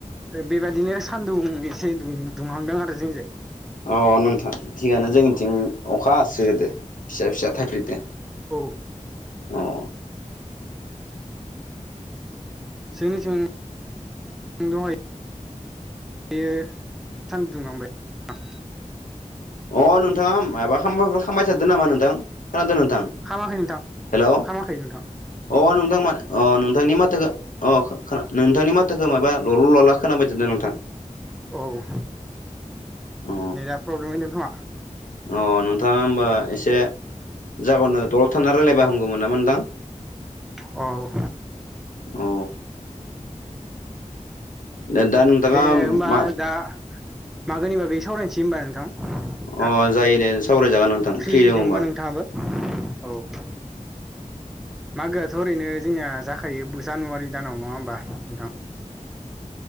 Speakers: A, in the centre; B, on the left.
A: बेबायदिनो सानदुं एसे दुंहांदों आरो जोंनिजाय
B: अ नोंथां थिगानो जोंनिथिं अखा हासो गारदो फिसा फिसा थाइफ्रिदो
A: औ
B: अ
A: जोंनिथिं दङो बेयो सान्दुं दुंहांबाय नोंथां
B: अ नोंथाङा माबा खामबाय थादो नामा नोंथां खोनादों नोंथां हेल'
A: खामाखै नोंथां खामाखै नोंथां
B: अ नोंथां मा अ नोंथांनि माथोखौ अ खोना नोंथांनि माथोखौ माबा लल' लला खोनाबाय जादों नोंथां
A: औ
B: अ
A: नेटआ प्रब्लेम खोमा
B: अ नोंथाङा होमबा एसे जागावनो दलर थाना रायल्लबा हामगौमोन नामा नोंथां
A: औ
B: अ दा नोंथाङा
A: दे होमबा
B: मा
A: गा मागोनि बागै सावरायसै होनबा नोंथां दा
B: अ जायोनो सावरायजागोन नोंथां
A: फ्रियै
B: फ्रि दङ
A: दोंबा
B: बा
A: नोंथाङाबो औ मागोआथ' ओरैनो जोंनिया जाखायो जानुवारि दानाव नङा होमबा नोंथां